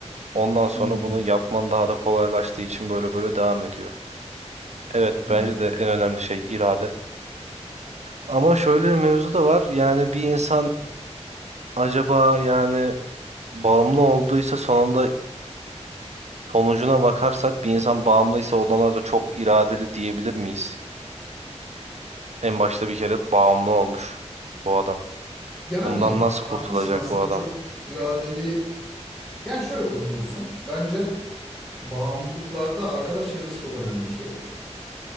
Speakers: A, on the right; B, in the centre.
A: Ondan sonra
B: Hı hı.
A: bunu yapman daha da kolaylaştığı için böyle böyle devam ediyor. Evet
B: Evet.
A: bence de en önemli şey irade. Ama şöyle bir mevzu da var. Yani bir insan acaba yani bağımlı olduysa sonunda sonucuna bakarsak bir insan bağımlıysa ondan da çok iradeli diyebilir miyiz? En başta bir kere bağımlı olmuş bu adam.
B: Yani
A: Bundan nasıl
B: haklısın
A: kurtulacak
B: aslında
A: bu adam?
B: çok iradeli. Yani şöyle kurtulursun. Bence bağımlılıklarda arkadaş çevresi çok önemli bir şey.